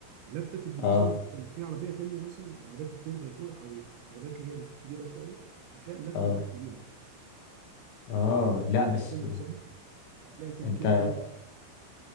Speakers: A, on the right; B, on the left.
A: لفه الدريكسيون
B: اه
A: بتختلف في عربيه تانية مثلا العربيات الفور باي فور او العربيات اللي هي الكبيره شويه هتلاقي اللفه
B: اه
A: معاك تقيله
B: اه
A: لفه
B: لا
A: الدريكسيون
B: بس
A: نفسها هتلاقي فيها
B: انت
A: هتلاقي فيها